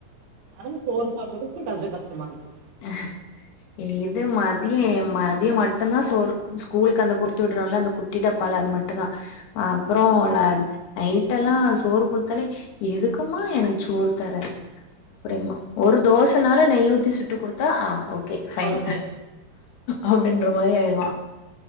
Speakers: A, on the right; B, on the left.
A: அதம சோறு <unintelligible> மா ருக்கு
B: அ ஏ <inaudible> அது மதியே மதியோ மட் என்னா சோறு ஸ்கூலுக்கு அந்த குடுத்து உட்றோல அந்த கு டிட்டப்பால் அது மட்டுதா அப்புறோல நைட்டெல்லா சோறு குடுத்தாலே எதுக்குமா எனக் சோறு தர அப்ரமா ஒரு தோசனாலு நெய் ஊத் ட்டு குடுத்தா ஆ ஓக் கே ஃபைன்
A: அவ்ளோதே
B: அப்டின் ன்ர மாரி ஆயிறுவா